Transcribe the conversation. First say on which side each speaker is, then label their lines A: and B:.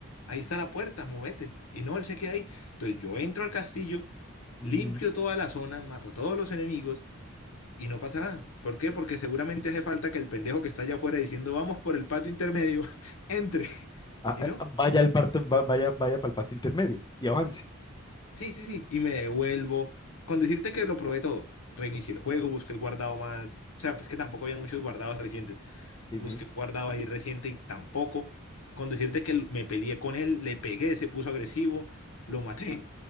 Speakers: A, on the left; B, on the left.
A: Ahí está la puerta, movete. Y no, él se queda ahí. Entonces yo entro al castillo,
B: Ujú.
A: limpio toda la zona, mato a todos los enemigos y no pasa nada. ¿Por qué? Porque seguramente hace falta que el pendejo que está allá afuera diciendo, vamos por el patio intermedio, <laughs> entre.
B: Ah,
A: ¿Y
B: ah,
A: no?
B: ah, vaya al parte, va- vaya, vaya para el parte intermedio y avance.
A: Sí, sí, sí. Y me devuelvo. Con decirte que lo probé todo. Reinicié el juego, busqué el guardado más. O sea, pues que tampoco había muchos guardados recientes.
B: Sí,
A: Busqué
B: sí.
A: un guardado ahí reciente y tampoco. Con decirte que me peleé con él, le pegué, se puso agresivo, lo maté.